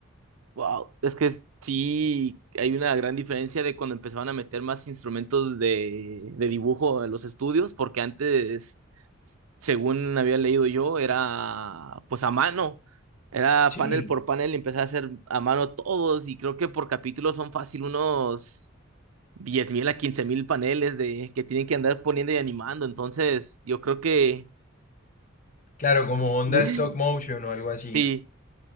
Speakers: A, on the right; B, on the left.
A: Wow. Es que sí, hay una gran diferencia de cuando empezaban a meter más instrumentos de, de dibujo en los estudios, porque antes. según había leído yo, era pues a mano. Era
B: Sí,
A: panel por panel y empecé a hacer a mano todos y creo que por capítulo son fácil unos 10.000 a 15.000 paneles de que tienen que andar poniendo y animando. Entonces, yo creo que
B: claro, como onda
A: <laughs>
B: stop motion o algo así.
A: sí.